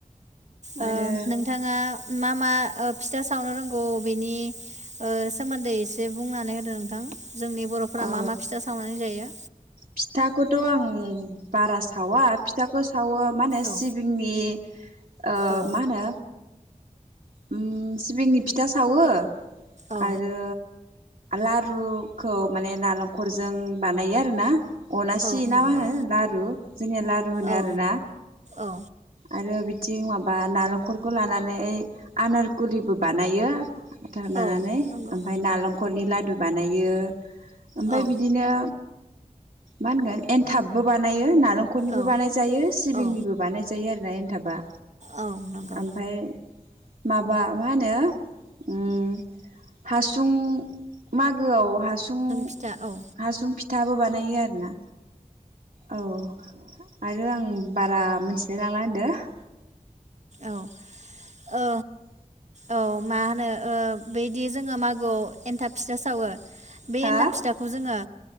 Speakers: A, on the right; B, on the right.
A: ओ
B: आरो
A: नोंथाङा मा मा फिथा सावनो रोंगौ बेनि ओ सोमोन्दै एसे बुंनानै होदो नोंथां। जोंनि बर'फोरा
B: ओ
A: मा मा फिथा सावनानै जायो?
B: फिथाखौथ' आं बारा सावा फिथाखौ सावो मा होनो
A: औ
B: सिबिंनि ओ
A: औ
B: मा होनो ओम सिबिंनि फिथा सावो।
A: औ
B: आरो लारुखौ माने नालेंखरजों बानायो आरो ना। अनासि
A: औ
B: ना
A: नंगौ
B: मा होनो लारु जोंनिया लारु होनो
A: औ
B: आरोना
A: औ
B: आरो इथिं माबा नालेंखरखौ लानानै आनारखुलिबो बानायो। नानानै
A: औ
B: ओमफ्राय
A: नंगौ
B: नालेंखरखौ नालेंखरनि लादु बानायो। ओमफफ्राय
A: औ
B: बिदिनो। मा होनगोन एनथाबबो बानायो। नालेंखरनिबो
A: औ
B: बानायजायो सिबिंनिबो
A: औ
B: बानाय जायो आरो। एनथाबा।
A: औ नंगौ।
B: ओमफ्राय माबा मा होनो ओम हासुं मागोआव। हासुं
A: फिथा औ
B: हासुं फिथा। फिथाबो बानायो आरो ना। औ आरो आं बारा मोनथिया। <inaudible>
A: औ औ औ मा होनो ओ बैदि जोङो मागोआव एन्थाब फिथा सावो बे
B: हा
A: एन्थाब फिथाखौ जोङो